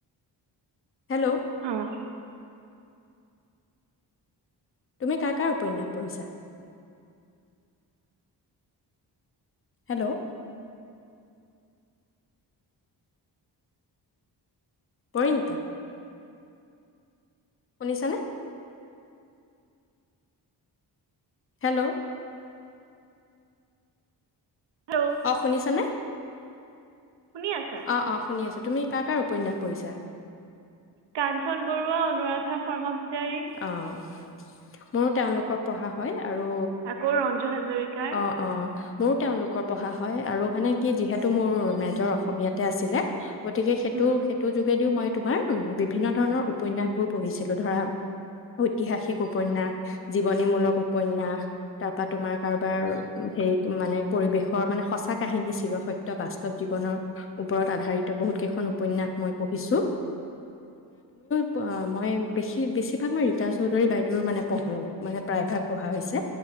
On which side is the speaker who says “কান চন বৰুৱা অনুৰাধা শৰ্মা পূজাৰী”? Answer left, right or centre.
Right